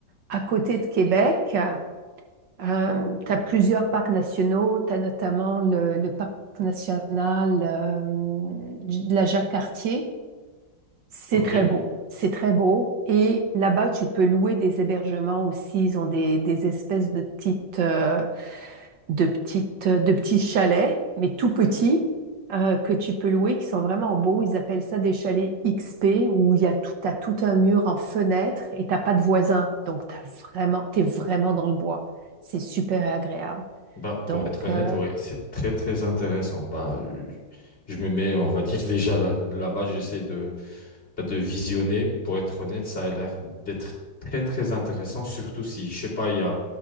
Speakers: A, on the right; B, on the left.
A: à côté de Québec, euh, tu as plusieurs parcs nationaux. Tu as notamment le, le parc national euh, de la Jacques-Cartier. C'est
B: Ok.
A: très beau. C'est très beau. Et là-bas, tu peux louer des hébergements aussi. Ils ont des, des espèces de petites... euh, de petites, de petits chalets, mais tout petits, euh, que tu peux louer, qui sont vraiment beaux. Ils appellent ça des chalets XP, où il y a tout, t'as tout un mur en fenêtre et t'as pas de voisins. Donc, t'as vraiment, t'es vraiment dans le bois. C'est super agréable.
B: Bah,
A: Donc,
B: pour être honnête,
A: euh,
B: ouais, c'est très, très intéressant. Bah, je je me mets, on va dire, <laughs> déjà là- là-bas, j'essaie de. Bah, de visionner, pour être honnête, ça a l'air d'être très très intéressant, surtout si, je sais pas, il y a,